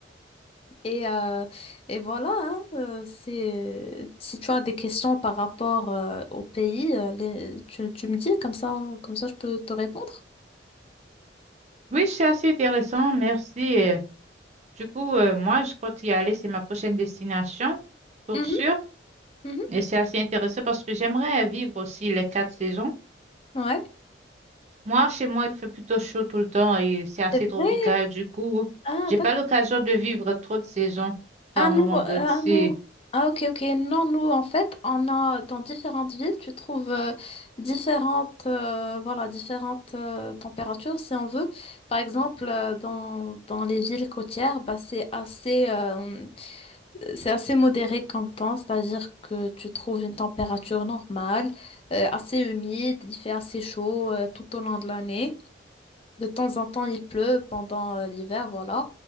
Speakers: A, on the left; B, on the right.
A: Et, euh, et voilà, hein, euh, c'est, si tu as des questions par rapport euh, au pays, euh, les- tu, tu me dis comme ça, comme ça je peux te répondre.
B: Oui, c'est assez intéressant. Merci. Euh, Du coup, euh, moi, je compte y aller. C'est ma prochaine destination, pour
A: Mhm,
B: sûr.
A: mhm,
B: Et c'est assez intéressant parce que j'aimerais vivre aussi les quatre saisons.
A: ouais.
B: Moi, chez moi, il fait plutôt chaud tout le temps et c'est assez
A: C'est
B: tropical.
A: vrai.
B: Du coup,
A: Ah,
B: j'ai
A: d'accord.
B: pas l'occasion de vivre trop de saisons par
A: Ah, nous,
B: moment.
A: euh,
B: Donc,
A: ah,
B: c'est
A: nous. Ah, ok, ok. Non, nous, en fait, on a dans différentes villes, tu trouves euh, différentes, euh, voilà, différentes euh, températures, si on veut. Par exemple, euh, dans, dans les villes côtières, bah, c'est assez. euh, C'est assez modéré comme temps, c'est-à-dire que tu trouves une température normale, euh, assez humide, il fait assez chaud euh, tout au long de l'année. De temps en temps, il pleut pendant euh, l'hiver, voilà.